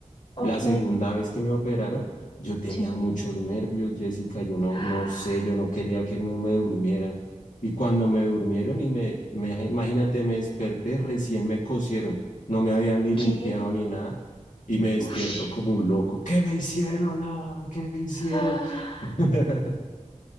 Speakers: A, on the left (about 45°); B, on the left (about 80°).
A: Ok,
B: La segunda vez que me operaron, yo tenía
A: sí.
B: muchos nervios, Jessica, yo no,
A: <gasps>
B: no sé, yo no quería que me, me durmieran. Y cuando me durmieron y me, me, imagínate, me desperté, recién me cosieron, no me habían ni limpiado
A: ¿Qué?
B: ni nada, y me despierto
A: Ush.
B: como un loco. ¿Qué me hicieron? Ah, ¿qué me hicieron?
A: Ah,
B: <laughs>